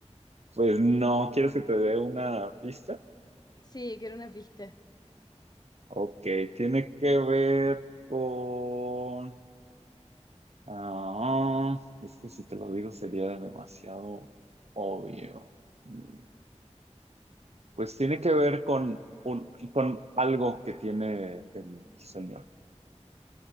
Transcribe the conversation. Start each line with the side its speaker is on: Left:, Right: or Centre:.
Right: Pues no, ¿quieres que te dé una pista?
Left: Sí, quiero una pista.
Right: Ok, tiene que ver con... Ah, es que si te lo digo sería demasiado obvio. Mm, Pues tiene que ver con, un, con algo que tiene el señor.